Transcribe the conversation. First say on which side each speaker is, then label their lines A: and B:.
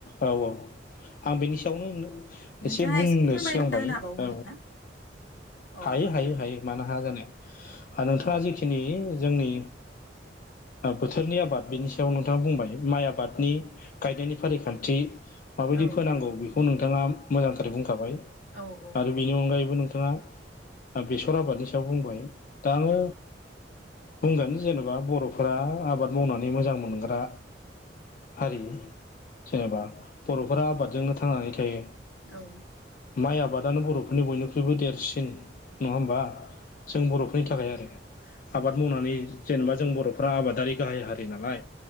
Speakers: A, on the left; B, on the left.
A: औ औ आं बेनि सायावनो ओ‌
B: नोंथाङा
A: एसे बुंनो
B: फोरमायना
A: सिगांबाय
B: होनो हाबावगोन
A: औ
B: ना औ
A: हायो
B: औ
A: हायो हायो मानो हाया जानो नोंथाङा
B: औ
A: जिखिनि जोंनि बोथोरनि आबाद बेनि सायाव नोंथाङा बुंबाय माइ आबादनि गायनायनि फारिखान्थि। माबायदि
B: औ
A: फोनांगौ बेखौ नोंथाङा मोजांथारै बुंखाबाय।
B: औ औ।
A: आरो बेनि अनगायैबो नोंथाङा बेसर आबादनि सायाव बुंबाय दा आङो। बुंगोन जेन'बा बर'फोरा आबाद मावनानै मोजां मोनग्रा हारि। जेनेबा बर'फोरा आबादजोंनो थांनानै थायो।
B: औ।
A: माइ आबादानो बर'फोरनि बयनिख्रुइबो देरसिन नङा होमबा जों बर'फोरनि थाखाय आरो आबाद मावनानै जेनेबा जों बर' बर'फ्रा आबादारि गाहाय हारि नालाय